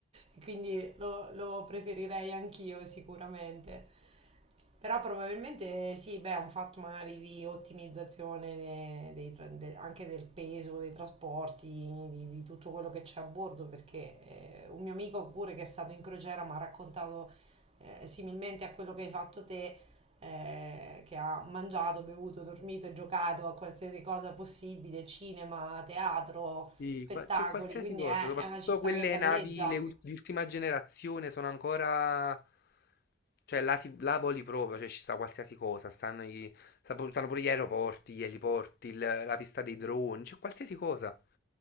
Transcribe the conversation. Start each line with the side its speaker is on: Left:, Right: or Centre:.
Right: E Quindi lo, lo preferirei anch'io sicuramente. Però probabilmente sì, beh, è un fatto magari di ottimizzazione de- dei tra- de- anche del peso, dei trasporti, di, di tutto quello che c'è a bordo, perché eh, un mio amico pure che è stato in crociera mi ha raccontato eh, similmente a quello che hai fatto te, eh, che ha mangiato, bevuto, dormito e giocato a qualsiasi cosa possibile, cinema, teatro,
Left: Sì,
Right: spettacoli,
Left: qua- c'è qualsiasi
Right: quindi
Left: cosa,
Right: è,
Left: soprattutto
Right: è una città
Left: quelle
Right: che galleggia.
Left: navi le ul- di ultima generazione sono ancora... Cioè, là, si, là voli proprio, cioè ci sta qualsiasi cosa, stanno, i- sta pu- stanno pure gli aeroporti, gli eliporti, il- la pista dei droni, c'è qualsiasi cosa.